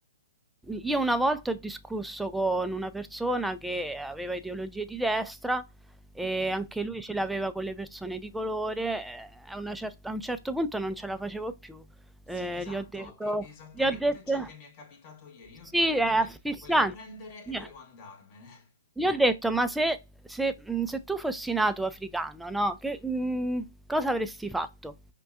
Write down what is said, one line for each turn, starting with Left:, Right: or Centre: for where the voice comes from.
Centre: Io una volta ho discusso con una persona che aveva ideologie di destra e
Left: Mh-mh.
Centre: anche lui ce l'aveva con le persone di colore, eh, a, una cer- a un certo punto non ce la facevo più
Left: Sì,
Centre: Ehm,
Left: esatto,
Centre: gli ho detto
Left: è è esattamente
Centre: gli ho detto
Left: ciò che mi è capitato ieri. Io
Centre: sì,
Left: veramente
Centre: è asfissiante.
Left: volevo prendere
Centre: Gli
Left: e volevo
Centre: ho
Left: andarmene.
Centre: gli ho detto, ma se, se- mh, se tu fossi nato africano, no? Che, mh, cosa avresti fatto?